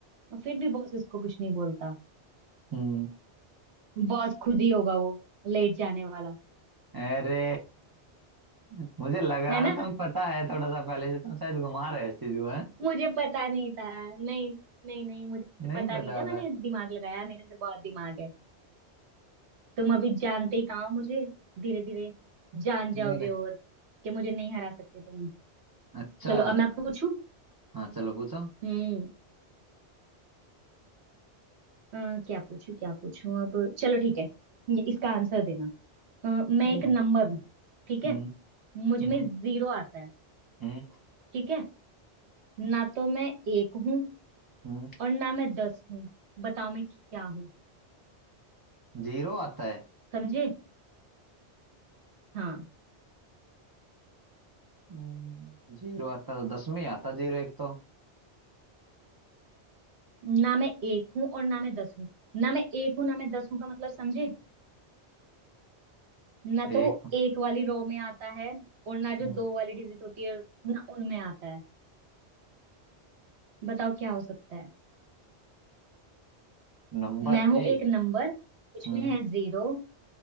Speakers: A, on the right; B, on the right.
A: और फिर भी बॉस उसको कुछ नहीं बोलता
B: हम्म
A: बॉस खुद ही होगा वो लेट जाने वाला
B: अरे <laughs> मुझे लग रहा
A: है ना
B: था तुम पता है थोड़ा सा पहले से तुम शायद घुमा रहे हो इस चीज को है
A: मुझे पता नहीं था नहीं नहीं नहीं मुझे
B: नहीं
A: पता
B: पता
A: नहीं था मैंने
B: था
A: दिमाग लगाया मेरे अंदर बहुत दिमाग है तुम अभी जानते ही कहाँ हो मुझे धीरे धीरे जान जाओगे
B: अरे
A: और कि मुझे नहीं हरा सकते तुम
B: अच्छा
A: चलो अब मैं पूछूं
B: हाँ चलो पूछो
A: हम्म अ, क्या पूछूं क्या पूछूं अब चलो ठीक है ये इसका आंसर देना अ, मैं
B: चलो
A: एक नंबर हूँ ठीक है
B: हम्म
A: मुझ में
B: हम्म
A: जीरो आता है
B: हम्म
A: ठीक है ना तो मैं एक हूं
B: हम्म
A: और ना मैं दस हूं बताओ मैं क्या हूं
B: जीरो आता है
A: समझे हाँ
B: हम्म, जीरो आता तो दस में ही आता जीरो एक तो
A: ना मैं एक हूं और ना मैं दस हूं ना मैं एक हूं ना मैं दस हूं का मतलब समझे ना
B: एक
A: तो वो एक वाली रो में आता है और ना जो
B: हम्म,
A: दो वाली डिजिट होती है ना उनमें आता है बताओ क्या हो सकता है
B: नंबर
A: मैं
B: एक
A: हूं एक नंबर मुझमें
B: हम्म
A: है जीरो